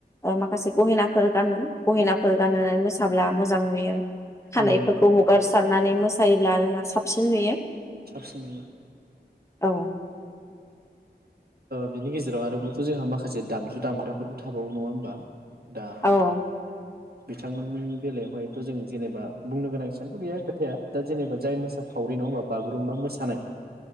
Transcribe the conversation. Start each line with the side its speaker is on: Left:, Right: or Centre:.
Left: माखासे गहेनाफोर गानो गहेनाफोर गानोनानै मोसाब्ला मोजां नुयो खानायफोरखौ
Right: उम
Left: हगारसि सारनानै मोसायोब्ला जोंहा साबसिन नुयो
Right: साबसिन
Left: औ
Right: बिनि गेजेराव आरोबावथ' जोंहा माखासे दामजु दामग्राफोरबो थाबावो नङा होमबा? दा
Left: औ
Right: बिथांमोननि बेलायावहायथ' जों जेनेबा बुंनो गोनां सेबांथ' गैया खोथाया दा जेनेबा जाय मोसा खावरि नङाहोमबा बागुरुम्बा मोसानाय